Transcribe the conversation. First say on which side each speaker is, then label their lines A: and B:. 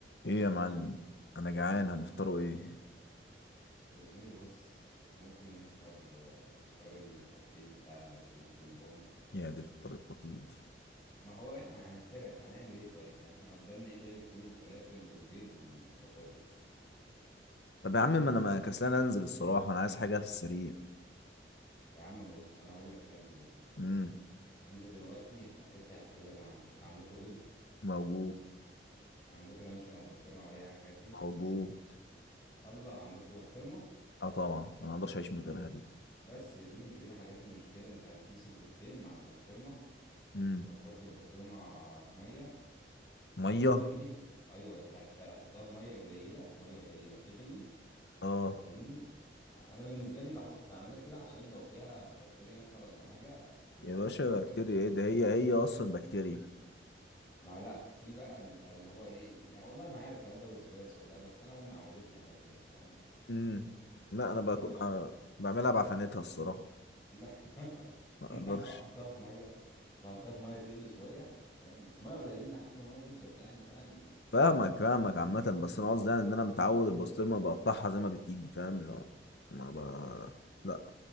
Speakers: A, on the left; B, on the left.
A: ايه يا معلم انا جعان هنفطروا ايه
B: يا زميلي بص احنا ممكن نفطر آه، الفطار التقليدي بتاع المصريين كلهم
A: يا دي الفطار التقليدي
B: ما هو احنا هنخترع هنعمل ايه طيب يعني احنا قدامنا ايه غير الفول والفلافل والبيض والبطاطس
A: طب يا عم ما انا ما كسلان انزل الصراحه انا عايز حاجه في السريع
B: يا عم بص انا هقول لك تعمل ايه
A: امم
B: انت دلوقتي هتفتح التلاجة عندك عندكوا بيض
A: موجود
B: عندكوا لانشون او بسطرمة او اي حاجة من الحاجات دي
A: موجود
B: الله عندكوا بسطرمة
A: اه طبعا انا ما اقدرش اعيش من غيرها دي
B: بس يا زميلي انت كده حليت المشكلة انت هتمسك بيضتين مع البسطرمة
A: امم
B: هتحط البسطرمة في مية يعني
A: ميه
B: تغلي ايوه هتخ- هتحطها في ميه قليله ميه قليله تغلي
A: اه
B: فاهمني انا بالنسبه لي بحط اعملها كده عشان لو فيها بكتيريا مثلا ولا حاجه تتنضف
A: يا باشا
B: من الحاجات
A: بكتيريا
B: دي فاهمني
A: ايه ده هي هي اصلا بكتيريا
B: ما لا في بقى بيبقى اللي هو ايه يعني والله ما عارف هل ده وسواس ولا لا بس انا امي عودتني على كده فاهم
A: امم لا انا بك...
B: ان انا
A: بع-
B: بحط
A: بعملها بعفنتها الصراحه
B: لا <laughs>
A: ما اقدرش
B: إن انا بحطها في ميه بحطها في ميه تغلي شويه فاهم بس ميه قليلين لحد ما الميه تنشف يعني فاهم
A: فاهمك فاهمك عامة بس أنا قصدي يعني إن أنا متعود البسطرمة بقطعها زي ما بتيجي فاهم اللي هو ما ب... لا